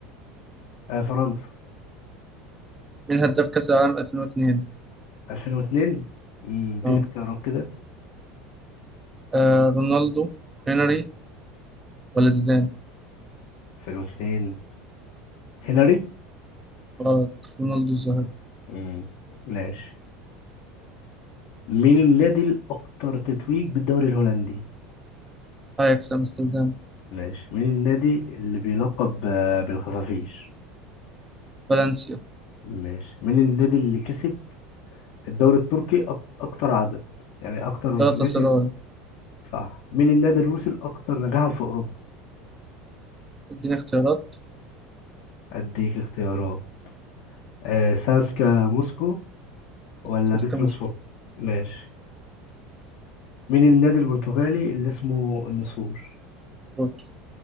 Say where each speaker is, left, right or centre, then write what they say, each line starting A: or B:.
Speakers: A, on the left; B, on the right.
A: آه فرنسا
B: مين هداف كأس العالم 2002؟
A: 2002 مم، دي
B: أه
A: الاختيارات كده
B: آه، رونالدو هنري ولا زيدان؟
A: 2002 هنري
B: غلط رونالدو الظاهرة
A: مم. ماشي مين النادي الأكثر تتويج بالدوري الهولندي؟
B: أياكس أمستردام
A: ماشي مين النادي اللي بيلقب ب- بالخفافيش؟
B: فالنسيا
A: ماشي مين النادي اللي كسب الدوري التركي أك- أكتر عدد؟ يعني أكتر
B: جالاتا
A: نادي
B: سراي
A: صح مين النادي الروسي الأكثر نجاحا في أوروبا؟
B: اديني اختيارات
A: أديك اختيارات آه ساسكا موسكو ولا
B: سيستم
A: بيتروس فوق؟ ماشي مين النادي البرتغالي اللي اسمه النسور؟
B: وسكوت